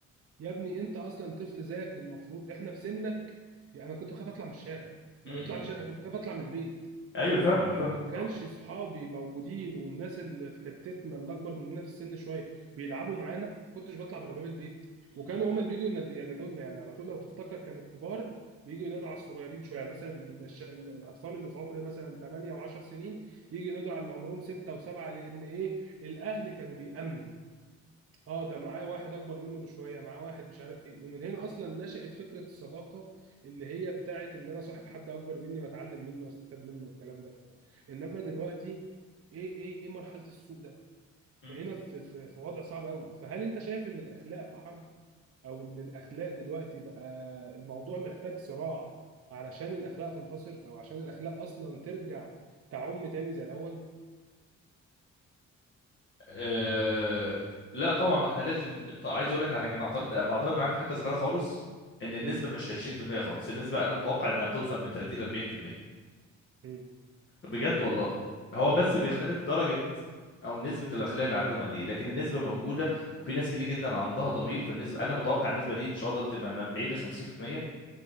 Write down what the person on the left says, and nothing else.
امم، امم.
ايوه فاهمك
فاهمك
طبعا.
م-
م.
أه... لا طبعا احنا لازم ط- عايز اقول لك على حاجه انا اعترضت بعترض معاك في حته صغيره خالص ان النسبه
مش 20% خالص النسبه انا متوقع انها توصل من 30 ل 40%
بجد والله هو بس بيختلف درجه او نسبه الاخلاق اللي عندهم قد ايه لكن النسبه موجوده وفي ناس كتير جدا عندها ضمير في النسبه انا بتوقع النسبه دي ان شاء الله بتبقى من 40 ل 50%